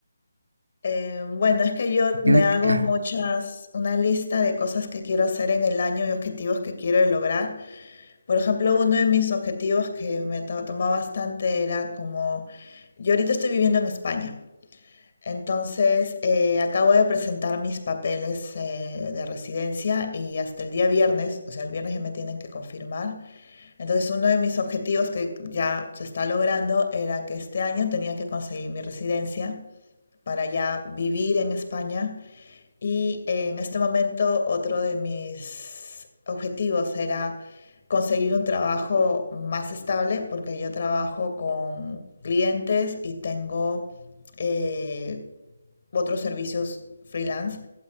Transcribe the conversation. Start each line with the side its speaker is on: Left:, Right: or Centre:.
Left: Eh, bueno, es que yo
Right: que Tiene
Left: me hago
Right: que- ah,
Left: muchas, una lista de cosas que quiero hacer en el año y objetivos que quiero lograr. Por ejemplo, uno de mis objetivos que me to- tomó bastante era como, yo ahorita estoy viviendo en España, entonces eh, acabo de presentar mis papeles eh, de residencia y hasta el día viernes, o sea, el viernes ya me tienen que confirmar. Entonces, uno de mis objetivos que ya se está logrando era que este año tenía que conseguir mi residencia. para ya vivir en España. Y en este momento otro de mis objetivos era conseguir un trabajo más estable porque yo trabajo con clientes y tengo eh, otros servicios freelance,